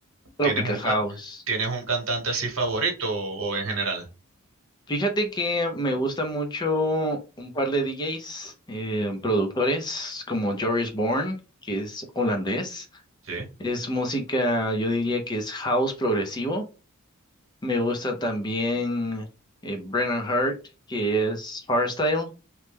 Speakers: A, on the left; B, on the right.
A: Tropica
B: ¿Tienes un,
A: House.
B: ca- tienes un cantante así favorito o, o en general?
A: Fíjate que me gusta mucho un par de DJs, eh, productores como Joris Born, que es holandés.
B: Sí,
A: Es música, yo diría que es house progresivo. Me gusta también eh, Brennan Hart, que es hardstyle.